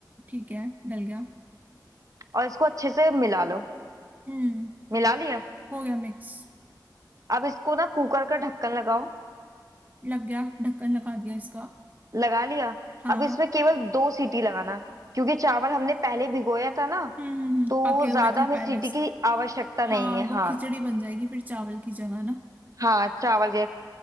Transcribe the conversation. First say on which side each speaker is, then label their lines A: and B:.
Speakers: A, on the right; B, on the right.
A: ठीक है डल गया
B: और इसको अच्छे से मिला लो
A: हम्म
B: मिला लिया
A: हो गया मिक्स
B: अब इसको ना कुकर का ढक्कन लगाओ
A: लग गया ढक्कन लगा दिया इसका
B: लगा लिया
A: हाँ
B: अब इसमें केवल दो सीटी लगाना क्योंकि चावल हमने पहले भिगोया था ना
A: हम्म हम्म हम्म,
B: तो
A: पके हुए
B: ज्यादा
A: थे
B: हमें
A: पहले
B: सीटी
A: से
B: की आवश्यकता
A: हाँ
B: नहीं है
A: वो
B: हाँ
A: खिचड़ी बन जाएगी फिर चावल की जगह ना
B: हाँ चावल के